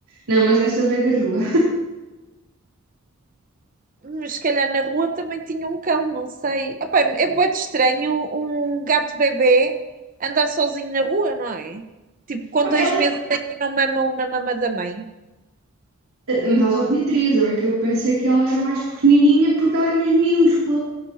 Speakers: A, on the right (about 80°); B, on the right (about 35°).
A: Não, mas esta veio da rua.
B: Mas se calhar na rua também tinha um cão, não sei. Epá, é muito estranho um gato bebê andar sozinho na rua, não é? Tipo,
A: <laughs>
B: com
A: Pá,
B: dois
A: Ela,
B: meses ainda não mamam na mama da mãe.
A: mas ela já tinha 13, é que eu pensei que ela era mais pequenininha porque ela era mesmo minúscula.